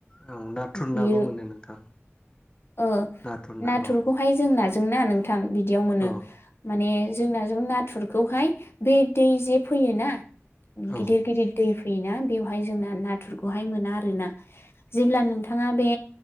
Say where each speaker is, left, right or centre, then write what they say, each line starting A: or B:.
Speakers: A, on the left; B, on the left.
A: औ नाथुर
B: बियो।
A: नाबो मोनो नोंथां
B: ओ
A: नाथुर ना
B: नाथुरखौहाय
A: औ
B: जों नाजोंना नोंथां बिदियाव मोनो
A: औ
B: माने। जोंनाजों नाथुरखौहाय बे दै जे फैयोना
A: औ
B: गिदिर गिदिर दै। बिना बेवहाय जोंना नाथुरखौहाय मोना आरोना जेब्ला नोंथाङा बे